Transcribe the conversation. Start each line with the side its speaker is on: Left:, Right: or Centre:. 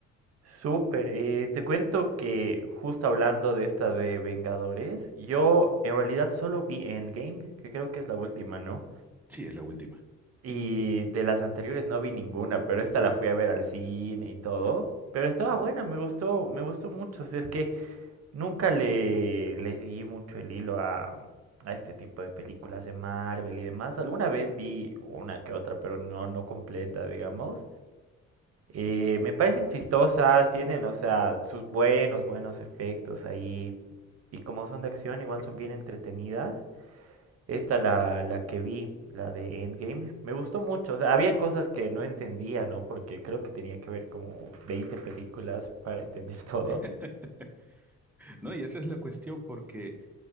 Right: Súper, eh, te cuento que justo hablando de esta de Vengadores, yo en realidad solo vi Endgame, que creo que es la última, ¿no?
Centre: Sí, es la última.
Right: Y de las anteriores no vi ninguna, pero esta la fui a ver al cine y todo. Pero estaba
Centre: Ujú.
Right: buena, me gustó, me gustó mucho. o sea, es que nunca le, le seguí mucho el hilo a, a este tipo de películas de Marvel y demás. Alguna vez vi una que otra, pero no, no completa, digamos. Eh, me parecen chistosas, tienen, o sea, sus buenos, buenos efectos ahí. Y como son de acción, igual son bien entretenidas. Esta, la, la que vi, la de Endgame, me gustó mucho. O sea, habían cosas que no entendía, ¿no? Porque creo que tenía que ver como 20 películas para entender <laughs> todo.
Centre: <laughs> No, y esa es la cuestión porque,